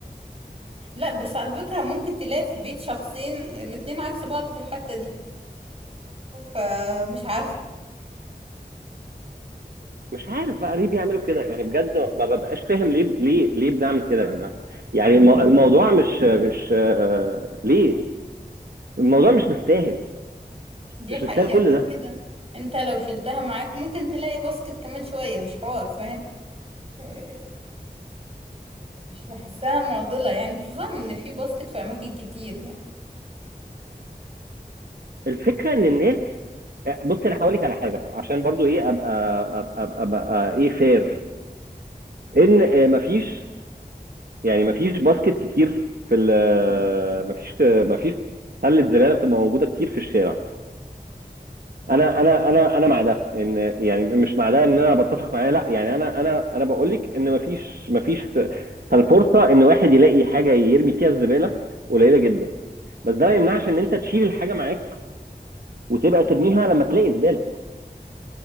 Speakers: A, on the right (about 35°); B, on the right (about 70°).
A: لا بس على فكرة ممكن تلاقي في بيت شخصين الاتنين عكس بعض في الحتة دي فمش عارفة
B: مش عارف بقى ليه بيعملوا كده يعني بجد ما ببقاش فاهم ليه ليه ليه بنعمل كده يا جماعه يعني المو- الموضوع مش مش آه، ليه الموضوع مش مستاهل
A: دي
B: مش
A: حقيقة
B: مستاهل كل
A: وبعد
B: ده
A: كده انت لو شلتها معاك ممكن تلاقي باسكت كمان شوية مش حوار فاهم آه، مش بحسها معضلة يعني خصوصا ان في باسكت في اماكن كتير يعني
B: الفكره ان الناس بص انا هقول لك على حاجه عشان برضو ايه ابقى ابقى ابقى, أبقى ايه فير ان آه، مفيش يعني مفيش باسكت كتير في ال آه، مفيش آه، مفيش سله زباله بتبقى موجوده كتير في الشارع انا انا انا انا مع ده ان يعني مش مع ده ان انا بتفق معاه لا يعني انا انا انا بقول لك ان مفيش مفيش فالفرصه ان واحد يلاقي حاجه يرمي فيها الزباله قليله جدا بس ده ما يمنعش ان انت تشيل الحاجه معاك وتبقى ترميها لما تلاقي زباله